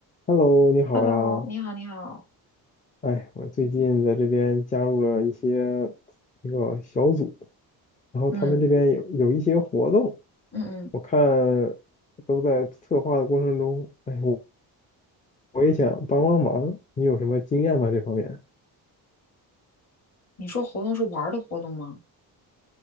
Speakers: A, on the left; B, on the left.
A: Hello，你好呀！
B: Hello，你好，你好，
A: 哎，我最近在这边加入了一些一个小组，然后他们这边有有一些活动，
B: 嗯嗯嗯，
A: 我看都在策划的过程中，哎，我我也想帮帮忙，你有什么经验吗？这方面
B: 你说活动是玩儿的活动吗？